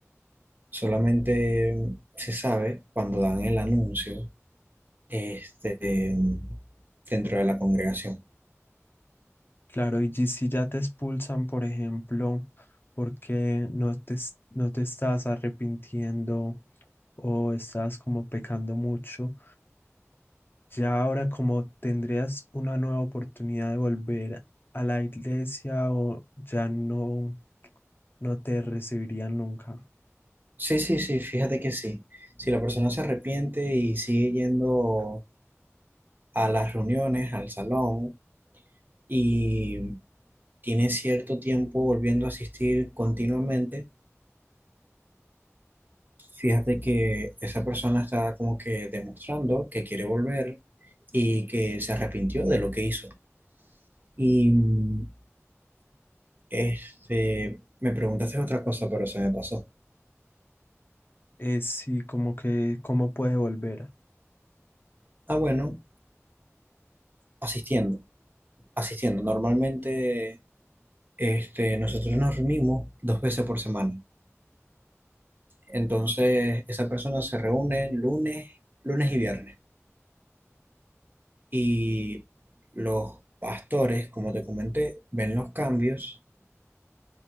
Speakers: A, on the right; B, on the left.
A: solamente mm, se sabe cuando dan el anuncio, este, mm, dentro de la congregación.
B: Claro, y ye- si ya te expulsan, por ejemplo, porque no te, es- no te estás arrepintiendo o estás como pecando mucho Ya ahora como tendrías una nueva oportunidad de volver a la iglesia o ya no, no te recibirían nunca.
A: Sí, sí, sí, fíjate que sí. Si la persona se arrepiente y sigue yendo a las reuniones, al salón y tiene cierto tiempo volviendo a asistir continuamente, fíjate que esa persona está como que demostrando que quiere volver y que se arrepintió de lo que hizo. Y mm, este, me preguntaste otra cosa, pero se me pasó.
B: Es sí, como que cómo puede volver,
A: Ah, bueno, asistiendo, asistiendo. Normalmente Este, nosotros nos reunimos dos veces por semana. Entonces, esa persona se reúne lunes, lunes y viernes. Y los pastores, como te comenté, ven los cambios